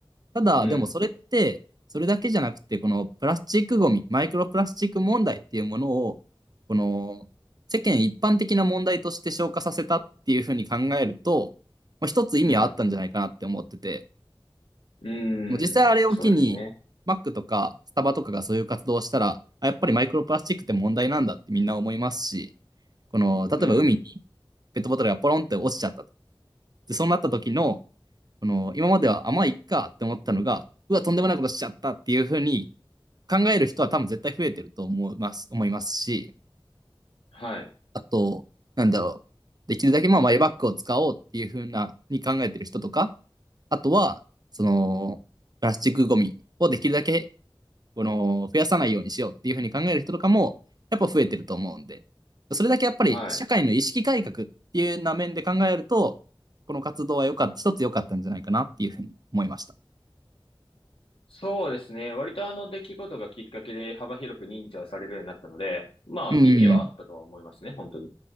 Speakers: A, on the right; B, on the left.
A: ただ、
B: うん。
A: でもそれって、それだけじゃなくて、このプラスチックゴミ、マイクロプラスチック問題っていうものを、この世間一般的な問題として消化させたっていうふうに考えると、まあ、一つ意味はあったんじゃないかなって思ってて、
B: うん。う
A: もう実際あれを機に、
B: ん。そうですね。
A: マックとかスタバとかがそういう活動をしたら、あやっぱりマイクロプラスチックって問題なんだってみんな思いますし、この、例えば海に
B: うん。
A: ペットボトルがポロンって落ちちゃった。で、そうなった時の、この、今までは甘いっかって思ったのが、うわ、とんでもないことしちゃったっていうふうに考える人は多分絶対増えてると思います、思いますし、
B: はい。
A: あと、なんだろう、できるだけまあマイバッグを使おうっていうふうな、に考えてる人とか、あとは、その、プラスチックゴミをできるだけこの、増やさないようにしようっていうふうに考える人とかも、やっぱ増えてると思うんで、それだけやっぱり社会の意識改革っていうような面で考えると、
B: はい。
A: この活動は良かった、一つ良かったんじゃないかなっていうふうに思いました。
B: そうですね。割とあの出来事がきっかけで幅広く認知はされるようになったので、まあ意味はあったとは思いますね、
A: うん。
B: 本当に。